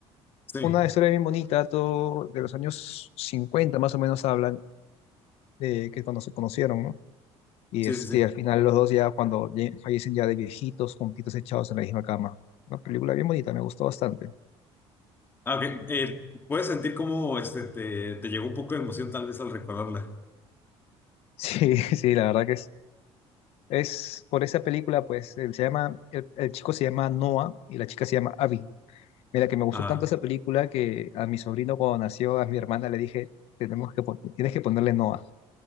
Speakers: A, on the left (about 20°); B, on the left (about 60°).
A: Sí,
B: Una historia bien bonita, todo de los años 50 más o menos hablan de que cuando se conocieron, ¿no? Y
A: sí,
B: este,
A: sí, sí.
B: al final los dos ya cuando ye- fallecen ya de viejitos, juntitos echados en la misma cama. Una película bien bonita, me gustó bastante. <laughs>
A: Ah, ok. Eh, puedes sentir cómo este, te, te llegó un poco de emoción tal vez al recordarla.
B: Sí, sí, la verdad que Es por esa película, pues, él se llama, el, el chico se llama Noah y la chica se llama Abby. Mira, que me gustó
A: Ajá.
B: tanto esa película que a mi sobrino cuando nació, a mi hermana le dije, tenemos que, pon- tienes que ponerle Noah.